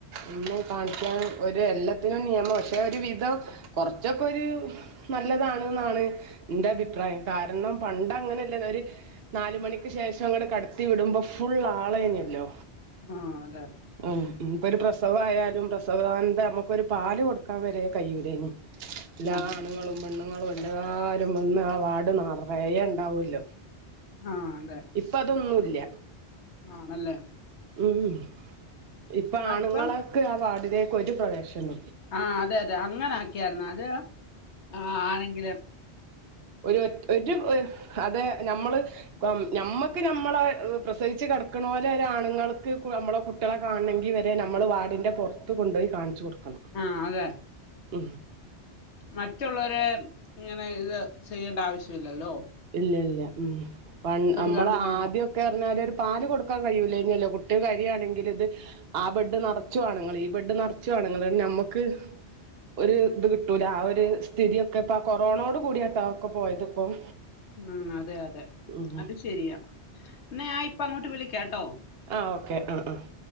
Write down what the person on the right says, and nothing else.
ഇന്നും കാണിക്കാൻ ഒരു എല്ലാത്തിനും നിയമം പക്ഷെ ഒരു വിധം കൊറച്ചൊക്കൊരു നല്ലതാണ്ന്നാണ് ന്റെ അഭിപ്രായം കാരണം പണ്ട് അങ്ങനല്ല ഒരു നാല് മണിക്ക് ശേഷം ങ്ങട്ട് കടത്തി വിടുമ്പൊ ഫുൾ ആളേനല്ലോ
ഉ ഇപ്പൊ ഒരു പ്രസവായാലും പ്രസവാനന്ത നമ്മുക്കൊരുപാല് കൊടുക്കാ വരെകഴിയൂലാ ഞ് എല്ലാ
ആണുങ്ങളും പെണ്ണുങ്ങളും എല്ലാരും വന്ന് ആ വാർഡ് നെറയെ ഉണ്ടാവോല്ലൊ
ഇപ്പ അതൊന്നുല്ല
ഉം ഇപ്പൊ
ആണുങ്ങളക്ക്
ആ വാർഡിലേക്ക് ഒരു പ്രവേശനുല്ല
ഒരൊറ്റ് ഒരു അതേ ഞമ്മള് ഞമ്മക്ക് ഞമ്മളെ പ്രസവിച്ച് കടക്ക്ണോലെ ഒരാണുങ്ങൾക്ക് കു ഞമ്മളെ കു കുട്ടീളെ കാണെങ്കി വരെ ഞമ്മള് വാടിൻ്റെ പൊറ്ത്ത് കൊണ്ടോയി കാണിച്ച് കൊട്ക്കണം
ഉം
ഇല്ല ഇല്ല ഉം പൺ അമ്മളാദ്യ
ഒക്കെ അർഞ്ഞാല് ഒരു പാല് കൊട്ക്കാൻ കയ്യൂലേനലൊ കുട്ടീള് കര്യാണെങ്കിലു ഇത് ആഹ് ബെഡ്ഡ് നെറച്ചും ആണുങ്ങള് ഈ ബെഡ്ഡ് നെറച്ചു ആണുങ്ങള് ണ്ട്ട് ഞമ്മക്ക് ഒര് ഇത് കിട്ടൂല ആഹ് ഒരു സ്ഥിതി ഒക്ക ഇപ്പ ആഹ് കൊറോണോട് കൂടിയാട്ടൊ അയൊക്ക പോയത് ഇപ്പം
ഉം
ആഹ് ഓക്കെ ആഹ് ആഹ്